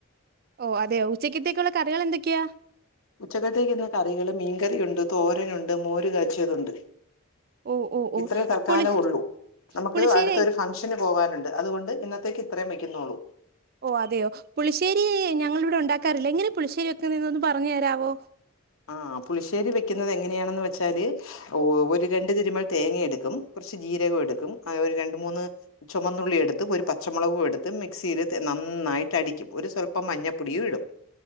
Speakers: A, on the right; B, on the left.
A: ഓ അതെയോ ഉച്ചയ്ക്കത്തേക്കുള്ള കറികൾ എന്തൊക്കെയാ?
B: ഉച്ചകത്തേക്ക് ഇന്ന് കറികള് മീൻകറിയുണ്ട്, തോരനുണ്ട്, മോരുകാച്ചിയതുണ്ട്.
A: ഓ ഓ ഓ
B: ഇത്രേ തൽക്കാലം
A: പുളി
B: ഉള്ളൂ. നമുക്ക്
A: പുളിശ്ശേരി
B: അടുത്തരു ഫങ്ഷൻ ന് പോവാനുണ്ട് അതുകൊണ്ട് ഇന്നത്തേക്ക് ഇത്രേ വയ്ക്കുന്നുള്ളൂ.
A: ഓ അതെയോ പുളിശ്ശേരി ഞങ്ങൾ ഇവിടെ ഉണ്ടാക്കാറില്ല എങ്ങനെ പുളിശ്ശേരി വെക്കുന്നന്ന്തൊന്ന് പറഞ്ഞു തരാമോ
B: ആഹ് പുളിശേരി വെക്കുന്നത് എങ്ങനെയാണെന്ന് വെച്ചാല് ഓ ഒരു രണ്ട് തിരുമൽ തേങ്ങ എടുക്കും, കുറച്ച് ജീരകം എടുക്കും, ആ ഒരു രണ്ട് മൂന്ന്. ചുമന്നുള്ളി എടുത്ത് ഒരു പച്ചമുളകും എടുത്ത് മിക്സിയില് നന്നായിട്ട് അടിക്കും. ഒരു സ്വ ൽപ്പം മഞ്ഞപ്പൊടിയും ഇടും.